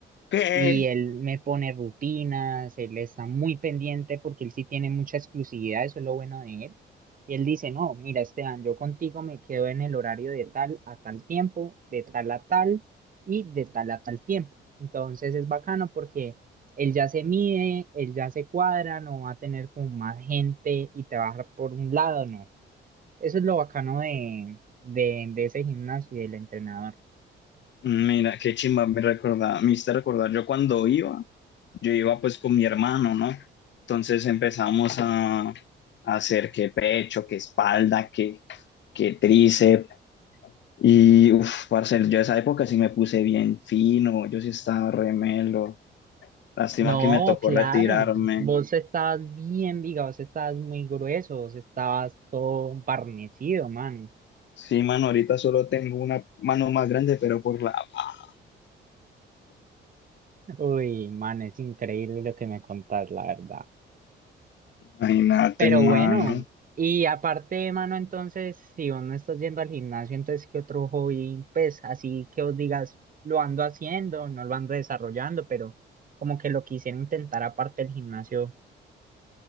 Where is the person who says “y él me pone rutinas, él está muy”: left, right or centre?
Right